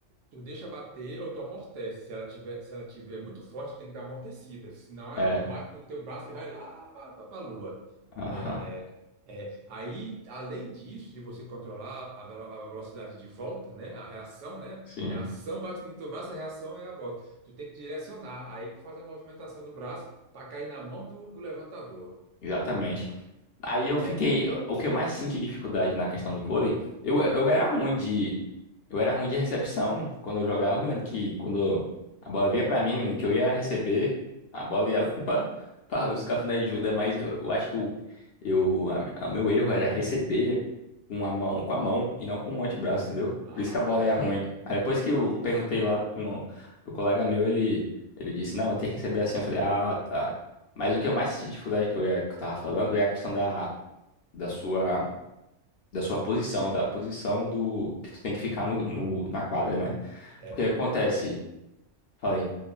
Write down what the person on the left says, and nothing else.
É,
aham.
Sim,
exatamente. Aí eu
fiquei. O que eu mais senti dificuldade na questão do vôlei, eu, eu era ruim de. Eu era ruim de recepção quando eu jogava. Eu me lembro que quando a bola vinha pra mim, menino, que eu ia receber, a bola ia lá <laughs> pra, pra os cafuné de Judas, mas eu, eu acho que o eu, a, a meu erro era receber com a mão, com a mão e não com o antebraço, entendeu?
Por isso que a bola ia
ruim. Aí depois que
eu perguntei lá pra um, pro colega meu, ele, ele disse, não, eu tenho que receber assim. Eu falei, ah, tá. Mas o que eu mais
senti dificuldade que eu, ia- que eu tava falando é a questão da da sua da sua posição, da posição do que tu tem que ficar no, no- na quadra, né?
Porque acontece, falei.